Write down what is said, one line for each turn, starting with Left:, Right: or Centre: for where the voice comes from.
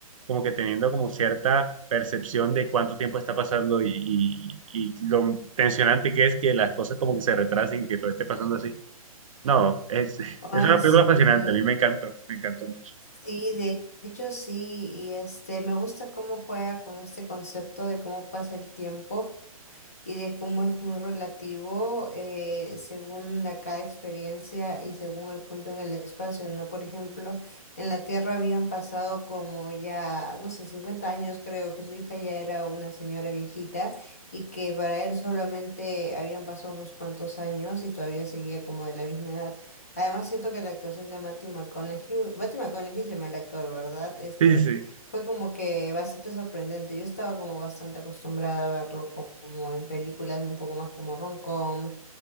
Right: como que teniendo como cierta percepción de cuánto tiempo está pasando y, y- y lo tensionante que es que las cosas como que se retrasen y que todo esté pasando así. No, es, <laughs>
Left: Ah,
Right: es una película
Left: sí.
Right: fascinante, a mí me encantó, me encantó mucho.
Left: Sí, de hecho sí. Y este, me gusta cómo juega con este concepto de cómo pasa el tiempo. y de cómo es muy relativo eh, según la cada experiencia y según el punto en el espacio, ¿no? Por ejemplo, en la Tierra habían pasado como ya, no sé, cincuenta años creo que su hija ya era una señora viejita y que para él solamente habían pasado unos cuantos años y todavía seguía como de la misma edad. Además siento que la actuación de Matthew McConaughey, Matthew McConaughey se llama el actor, ¿verdad? Este,
Right: Sí, sí, sí.
Left: fue como que bastante sorprendente. Yo estaba como bastante acostumbrada a verlo co- como en películas un poco más como rom-com